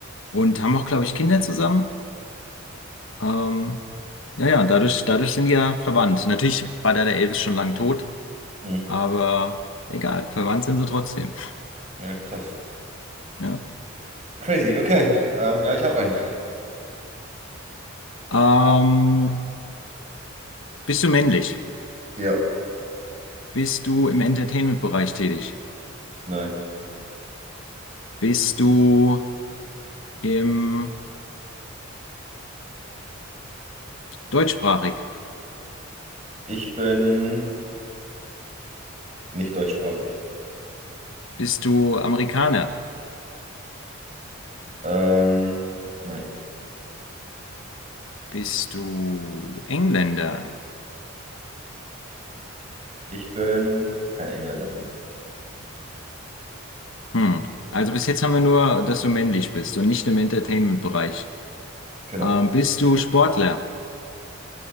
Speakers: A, on the left; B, on the right.
A: und haben auch, glaube ich, Kinder zusammen. Ähm, Ja, ja, dadurch, dadurch sind die ja verwandt. Natürlich war da der Elvis schon lang tot,
B: Mhm.
A: aber egal, verwandt sind sie trotzdem.
B: Ja, krass.
A: Ja.
B: Crazy, okay. Ähm, ja, ich habe einen.
A: Ähm, bist du männlich?
B: Ja.
A: Bist du im Entertainment-Bereich tätig?
B: Nein.
A: Bist du im deutschsprachig?
B: Ich bin nicht deutschsprachig.
A: Bist du Amerikaner?
B: Ähm, nein.
A: Bist du Engländer?
B: Ich bin kein Engländer.
A: Hm. Also bis jetzt haben wir nur, dass du männlich bist und nicht im Entertainment-Bereich.
B: Genau.
A: Ähm, bist du Sportler?